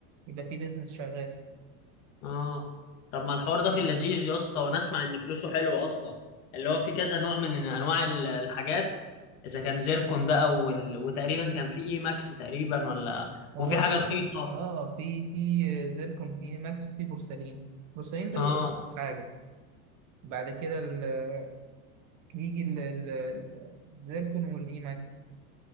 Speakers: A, on the right; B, on the left.
A: يبقى في بيزنس شغال
B: اه طب ما الحوار ده في اللذيذ يا اسطى وانا اسمع ان فلوسه حلوه اصلا اللي هو في كذا نوع من انواع ال- الحاجات اذا كان زيركون بقى وال... وتقريبا كان في اي ماكس تقريبا ولا
A: هو
B: وفي حاجه
A: في
B: رخيصه
A: بص اه في في زيركون في ماكس وفي بورسلين بورسلين ده
B: اه
A: بيبقى أرخص حاجة بعد كده ال- يجي ال- ال- ال- الزيركون والإي ماكس